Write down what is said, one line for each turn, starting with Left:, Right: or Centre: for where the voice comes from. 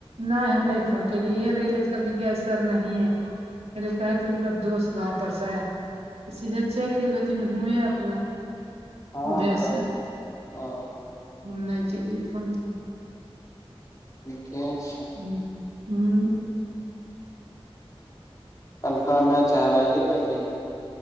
Right: नैय
Left: केलही
Right: हम नैय फोन कैलियै, इहे रहै। कहके की सर नही है, पहले कहै त उनका दोस्त गाँव पर से है। सीधे चैल गेल हेथिन हुएं अपना।
Left: हँ
Right: उहे
Left: तऽ,
Right: से
Left: ओ।
Right: हम नैय केलियै फोन जोन।
Left: ठीके छैय।
Right: हूँ।
Left: कलुका मैच हराइये रहली हेँ।